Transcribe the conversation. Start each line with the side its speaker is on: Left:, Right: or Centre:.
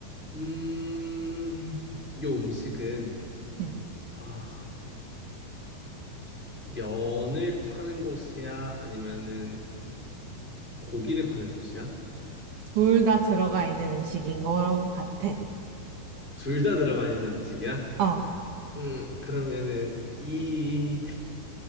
Centre: 음, 요 음식은
Right: 응.
Centre: 아, 면을 파는 곳이야? 아니면은 고기를 파는 곳이야?
Right: 둘 다 들어가 있는 음식인 것 같아.
Centre: 둘 다 들어가 있는 음식이야?
Right: 어,
Centre: 음, 그러면은 이